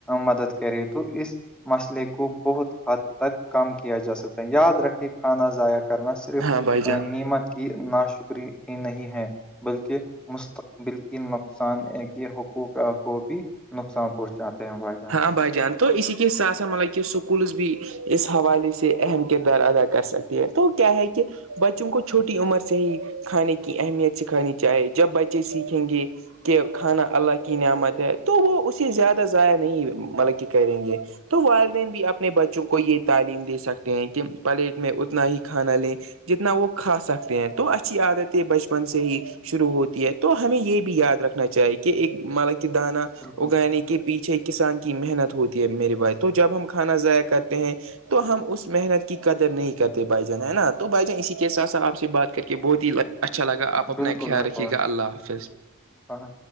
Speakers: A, in the centre; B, on the right.
A: مدد کرے تو اس مسئلے کو بہت حد تک کم کیا جا سکتا ہے یاد رکھے کھانا ضائع کرنا سے صرف
B: ہاں بھائی جان
A: نعمت کی نا شکری نہیں ہے بلکہ مستقبل کی نقصان ہے کہ حقوق کو بھی نقصان پہنچاتے ہیں بھائی جان
B: ہاں بھائی جان تو اسی لیے سا سب مطلب کہ سکولز بھی اس حوالے سے اہم کردار ادا کر سکتی ہیں تو کیا ہے کہ بچوں کو چھوٹی عمر سے ہی کھانے کی اہمیت سکھانی چاہے جب بچے سیکھیں گے کہ کھانا اللہ کی نعمت ہے تو وہ اسے زیادہ ضائع نہیں مطلب کہ کریں گے تو والدین بھی اپنے بچوں کو یہ تعلیم دے سکتے ہیں کہ پلیٹ میں اتنا ہی کھانا لیں جتنا وہ کھا سکتے ہیں تو اچھی عادت ہے بچپن سے ہی شروع ہوتی ہے تو ہمیں یہ بھی یاد رکھنا چاہیے کہ ایک مطلا کہ دانا
A: بالکل
B: اگانے
A: بالکل
B: کے پیچھے ا کسان کی محنت ہوتی ہے میرے بائے تو جب ہم کھانا ضائع کرتے ہیں تو ہم اس محنت کی قدر نہیں کرتے بھ جن ہے نا تو بھ جن اسی کے ساتھ سھ آپ سے بات کر کے بہت ہی لگتا اچھا لگا آپ اپنا
A: بالکل
B: خیال
A: بالکل
B: رکھیے گا اللہ حافظ
A: ہاں